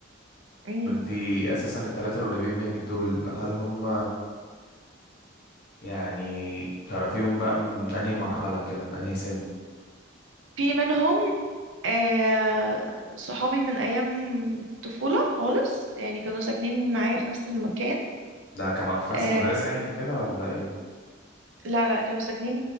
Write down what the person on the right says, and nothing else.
امم
في منهم آه صحابي من أيام طفولة خالص يعني كانوا ساكنين معايا في نفس المكان
آه
لا لا كانوا ساكنين